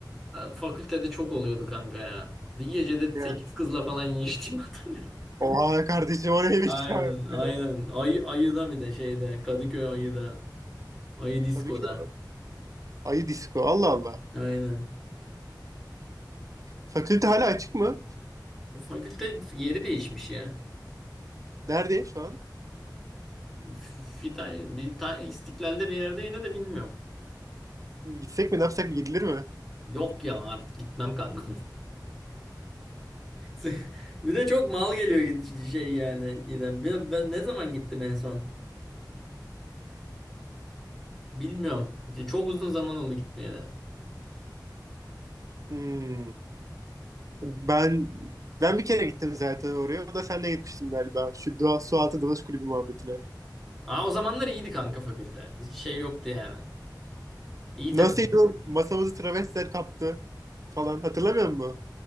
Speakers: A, in the centre; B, on the right.
A: fakültede çok oluyordu kanka ya. Bir gecede
B: Yani.
A: 8 kızla falan yiyiştiğimi hatırlıyorum.
B: Oha kardeşim o
A: <laughs>
B: neymiş
A: Aynen,
B: ya
A: aynen.
B: böyle.
A: Ayı, ayıda bir de şeyde. Kadıköy ayıda. Ayı diskoda.
B: Kadıköy. Ayı disco. Allah Allah.
A: Aynen.
B: Fakülte hala açık mı?
A: Fakülte yeri değişmiş ya.
B: Nerede şu an?
A: F- Fita, bir ta, İstiklal'de bir yerde yine de bilmiyorum.
B: Gitsek mi ne yapsak gidilir mi?
A: Yok ya artık gitmem kanka. <laughs> Bir de çok mal geliyor git- şey yani. Giden. Ben, ben ne zaman gittim en son? Bilmiyorum. Çok uzun zaman oldu gitmeye de.
B: Hmm. Ben ben bir kere gittim zaten oraya. O da senle gitmiştim galiba. Şu doğa, su altı dalış kulübü muhabbetine.
A: Aa, o zamanlar iyiydi kanka fakülte. Hiç şey yoktu yani. İyi
B: Nasıl
A: takılıyorduk.
B: o masamızı travestiler kaptı falan hatırlamıyor musun?